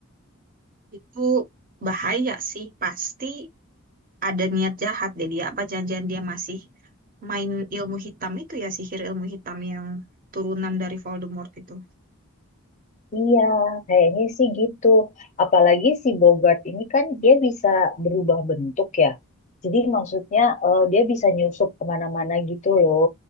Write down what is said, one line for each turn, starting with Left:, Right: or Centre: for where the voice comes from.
Right: itu bahaya sih pasti ada niat jahat deh dia apa janjian dia masih main ilmu hitam itu ya sihir ilmu hitam yang turunan dari Voldemort itu
Left: Iya, kayaknya sih gitu. Apalagi si Bogart ini kan dia bisa berubah bentuk ya. Jadi maksudnya eh, dia bisa nyusup kemana-mana gitu loh.